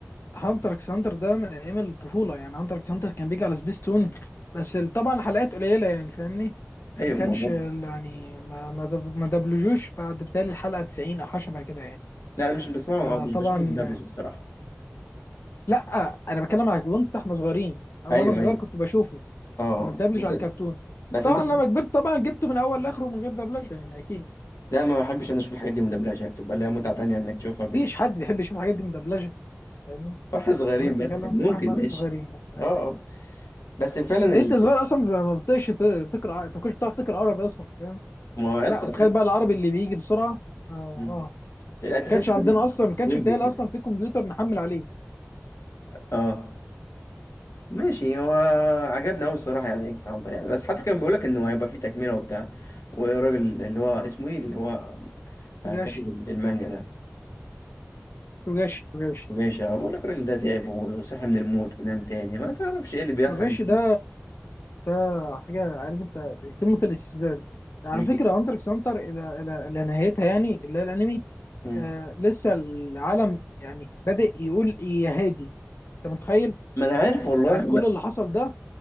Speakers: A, on the left; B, on the left.
A: هانتر اكس هانتر ده من ايام الطفوله يعني هانتر اكس هانتر كان بيجي على سبيستون بس ال- طبعا الحلقات قليله يعني فاهمني
B: ايوه
A: ما كانش
B: ما ما-
A: ال- يعني ما ما دب- ما دبلجوش بعد بتالي الحلقه 90 او حاجه شبه كده يعني
B: لا انا مش بسمعه
A: فطبعا
B: او مش بشوفه مدبلج الصراحه
A: لا انا بتكلم على كنت احنا صغيرين أنا
B: ايوه
A: وانا صغير
B: ايوه
A: كنت بشوفه
B: اه
A: كنت متدبلج
B: بس
A: على الكرتون
B: بس
A: طبعا
B: انت
A: لما كبرت طبعا جبته من اول لاخره من غير دبلجه يعني اكيد
B: لا ما بحبش انا اشوف الحاجات دي مدبلجه هي بتبقى لها متعه تانيه انك تشوفها
A: مفيش حد بيحب يشوف الحاجات دي مدبلجه فاهمني
B: واحنا صغيرين
A: انا كنت
B: بس
A: بتكلم
B: كان ممكن
A: واحنا
B: ماشي
A: صغيرين بس أيوة.
B: اه آه. بس فعلا
A: يعني
B: ال...
A: انت صغير اصلا ما بتقش ت- تقرا ع- ما كنتش بتعرف تقرا عربي اصلا فاهم
B: ما هو اصلا
A: لا وتخيل
B: تحس
A: بقى العربي اللي بيجي بسرعه اه اه
B: مم. لا تحس
A: كانش عندنا اصلا ما كانش
B: ورد
A: بتاعي
B: كده
A: اصلا في كمبيوتر نحمل عليه
B: اه ماشي هو عجبنا قوي الصراحه يعني اكس هانتر يعني بس حتى كان بيقول لك انه هيبقى فيه تكمله وبتاع والراجل اللي هو اسمه ايه اللي هو
A: توجاشي
B: آه، كاتب المانجا ده
A: توجاشي توجاشي
B: وجيشة بقول لك الراجل ده تعب وصحي من الموت ونام تاني ما تعرفش ايه اللي بيحصل
A: توجاشي
B: يعني
A: ده ده حاجه عارف انت قمه الاستفزاز على
B: بي-
A: فكره هانتر اكس هانتر الى الى الى نهايتها يعني اللي هي الانمي
B: مم.
A: آه لسه العالم يعني بادئ يقول إيه يا هادي انت متخيل
B: ما انا عارف والله
A: يعني كل اللي حصل ده